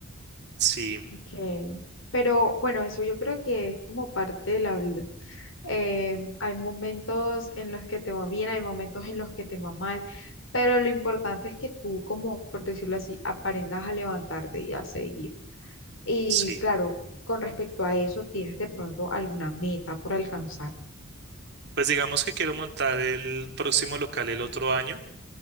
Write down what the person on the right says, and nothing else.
Sí,
sí.
Pues digamos que quiero montar el próximo local el otro año.